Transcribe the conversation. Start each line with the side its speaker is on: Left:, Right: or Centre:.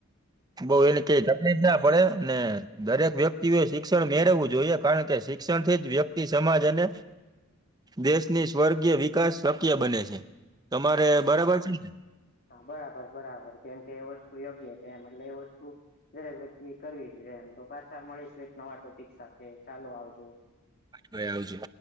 Right: બઉ એને કઈ તકલીફ ના પડે ને દરેક વ્યક્તિએ શિક્ષણ મેળવવું જોઈએ કારણ કે શિક્ષણથી જ વ્યક્તિ સમાજ અને દેશની સ્વર્ગીય વિકાસ શક્ય બને છે, તમારે બરાબર છે ને.
Left: હા બરાબર બરાબર કેમ કે એ વસ્તુ યોગ્ય છે એમ એટલે એ વસ્તુ દરેક વ્યક્તિ કરવી જોઈએ એમ તો પાછા મળીશ એક નવા ટોપિક સાથે ચાલો આવજો.
Right: ભાઈ આવજો.